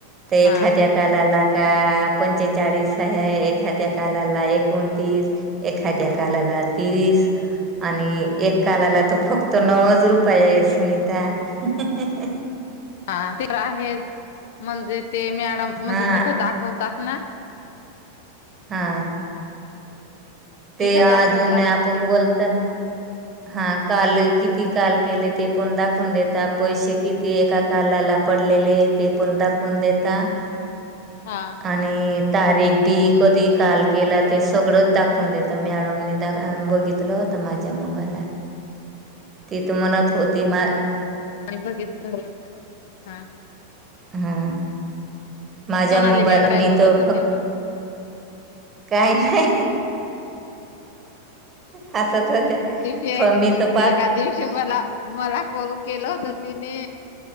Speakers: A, on the right; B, on the left.
A: ते
B: हा
A: एखाद्या कालाला का पंचेचाळीस हेय एखाद्या कालाला एकोणतीस, एखाद्या कालाला तीस आणि एक कालाला तर फक्त नऊज रुपय आहे सुनीता. <inaudible>
B: हा ते तर आहे म्हणजे ते मॅडम म्हणजे
A: हा
B: तिथ दाखवतात ना.
A: हा. ते
B: तिथं
A: अजून
B: दाखवतात
A: आपण
B: ना ते
A: बोलत हा काल किती काल केले ते पण दाखवून देता, पैसे किती एका काला ला? पडलेले, ते पण दाखवून देता.
B: हा
A: आणि तारीख बी कधी काल केला ते सगळंच दाखवून देत. मॅडमने द बघितलं होत माझ्या मोबाईलात ती तर म्हणत होत ते मा
B: आणि बघित हा. <unintelligible>
A: हा माझा
B: सोनाली
A: मोबाईल
B: मॅडम काय
A: मी
B: बोलत
A: तर
B: होती
A: फक्त
B: ना.
A: काही नाही हसत होत्या.
B: ते
A: फ मी तर पाच
B: एका दिवशी मला मला कॉल केला होत तिने.